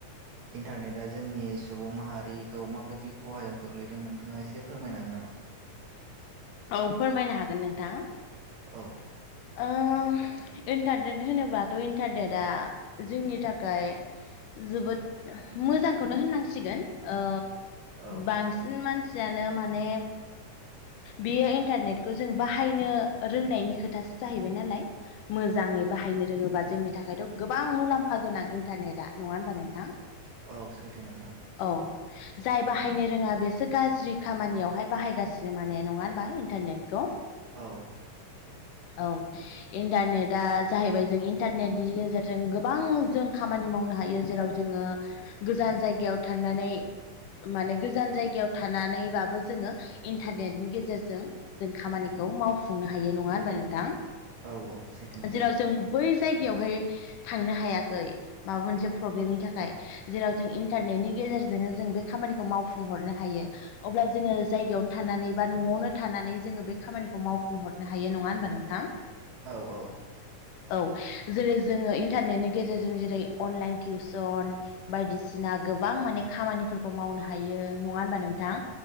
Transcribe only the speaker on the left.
औ फोरमायनो हागोन नोंथां।
ओं इन्टारनेट होनोबाथ' इन्टारनेटआ जोंनि थाखाय जोबोद मोजांखौनो होननांसिगोन ओ
बांसिन मानसि आनो माने बेयो इन्टारनेटखौ जों बाहायनो रोंनायनि खोथासो। जाहैबाय नालाय मोजाङै बाहायनो रोङोबा जोंनि थाखायथ' गोबां मुलाम्फा गोनां इन्टारनेटआ नङा होनबा नोंथां।
औ। जाय बाहायनो रोङा बेसो गाज्रि खामानियावहाय बाहायगासिनो माने नङा होनबा इन्टारनेटखौ।
औ। इन्टारनेटआ जाहैबाय जों इन्टारनेटनि गेजेरजों गोबां जों खामानि मावनो हायो जेराव जोङो गोजान जायगायाव थांनानै माने गोजान जायगायाव थानानैबाबो जोङो इन्टारनेटनि गेजेरजों जों खामानिखौ मावफुंनो हायो नङा होनबा नोंथां
जेराव जों बै जायगायावहाय थांनो हायाखै माबा मोनसे प्रब्लेमनि थाखाय जेराव जों इन्टारनेटनि गेजेरजोंनो जों बे खामानिखौ मावफुंहरनो हायो। अब्ला जोङो जायगायावनो थानानै बा न'आवनो थानानै जोङो बे खामानिखौ मावफुंहरनो हायो नङा होनबा नों थां।
औ जेरै जोङो इन्टारनेटनि गेजेरजों जेरै अनलाइन टिउसन बायदिसिना गोबां माने खामानिफोरखौ मावनो हायो नङा होनबा नोंथां।